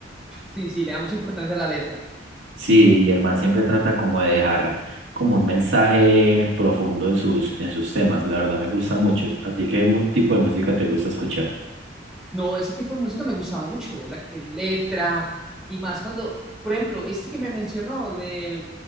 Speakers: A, in the centre; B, on the right.
A: Sí, sí, le da mucha importancia a la letra.
B: Sí, y el man siempre trata como de dejar como un mensaje profundo en sus, en sus temas. La verdad me gusta mucho. ¿A ti qué mu- tipo de música te gusta escuchar?
A: No, ese tipo de música me gusta mucho, la que tiene letra y más cuando, por ejemplo, este que me mencionó de,